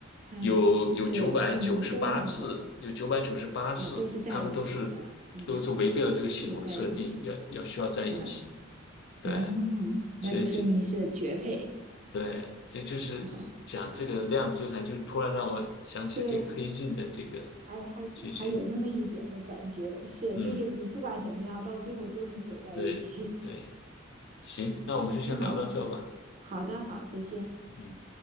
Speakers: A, on the right; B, on the left.
A: 嗯，
B: 有有九百九十八次，
A: 对他们都能够
B: 有九百九十八次，
A: 啊、呃都是在一起的，
B: 他们都是都是违背了这个系统的设定，
A: 嗯，就在一起
B: 要要需要在一起。
A: 啊，
B: 对，
A: 嗯，那就说明是绝配。
B: 所以这对这就是讲这个量子纠缠，
A: <laughs> 啊，
B: 就是突然让我想起这个黑镜的这个
A: 对，还还还有那么一点的感觉，
B: 剧集。
A: 是就是你不管怎么样，
B: 嗯，
A: 到最后都能走在一起，
B: 对对，行，
A: 对，
B: 那我们就先聊到这吧。
A: 还挺好玩好的，好，再见。
B: 嗯。